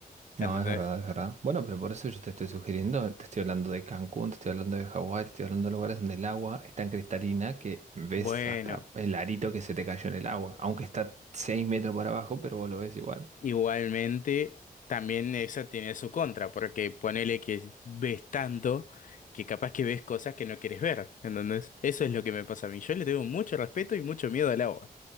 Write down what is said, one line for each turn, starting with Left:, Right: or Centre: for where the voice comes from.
Left: ¿entendés?
Right: No, es verdad, es verdad. Bueno, pero por eso yo te estoy sugiriendo, te estoy hablando de Cancún, te estoy hablando de Hawái, te estoy hablando de lugares donde el agua es tan cristalina que ves
Left: Bueno.
Right: hasta el arito que se te cayó en el agua, aunque está 6 metros para abajo, pero vos lo ves igual.
Left: Igualmente, también esa tiene su contra, porque ponele que ves tanto que capaz que ves cosas que no quieres ver, entonces Eso es lo que me pasa a mí. Yo le tengo mucho respeto y mucho miedo al agua,